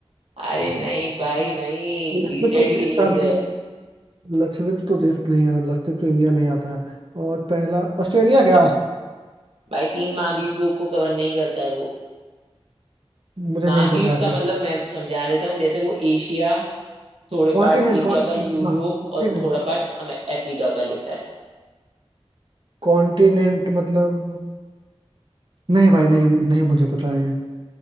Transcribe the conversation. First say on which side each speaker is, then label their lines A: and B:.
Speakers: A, on the right; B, on the right.
A: अरे नहीं भाई नहीं
B: लक्षद्वीप
A: रिसेंट
B: तो देश
A: की न्यूज
B: का
A: है
B: लक्षद्वीप तो देश नहीं है ना लक्षद्वीप तो इंडिया में ही आता है और पहला ऑस्ट्रेलिया क्या
A: भाई तीन महाद्वीपों को कवर नहीं करता है वो
B: मुझे
A: महाद्वीप
B: नहीं पता है
A: का
B: फिर।
A: मतलब मैं समझा देता हूँ जैसे वो एशिया थोड़े
B: कॉन्टिनेंट
A: पार्ट एशिया
B: कॉन्टिनेंट
A: का यूरोप
B: ना कॉन्टिनेंट
A: और थोड़ा पार्ट हमें अफ्रीका का लेता है
B: कॉन्टिनेंट मतलब नहीं भाई नहीं नहीं मुझे पता है ये